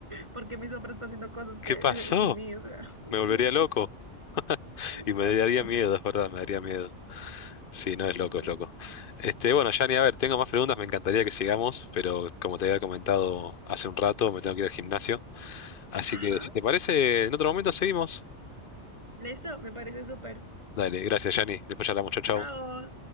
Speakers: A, on the right (about 25°); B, on the left (about 50°).
A: porque mi sombra está haciendo cosas que
B: ¿Qué
A: eh,
B: pasó?
A: sin mí, o sea, <laughs>
B: Me
A: sí,
B: volvería loco
A: exacto,
B: y me daría miedo, es verdad, me daría miedo. Sí, no es loco,
A: sí.
B: es loco. Este, bueno, Yanni, a ver, tengo más preguntas, me encantaría que sigamos, pero como te había comentado hace un rato, me tengo que ir al gimnasio. Así
A: Ajá.
B: que si te parece, en otro momento seguimos.
A: Listo, me parece súper.
B: Dale, gracias, Yanni. Después charlamos, chau,
A: Chao.
B: chau.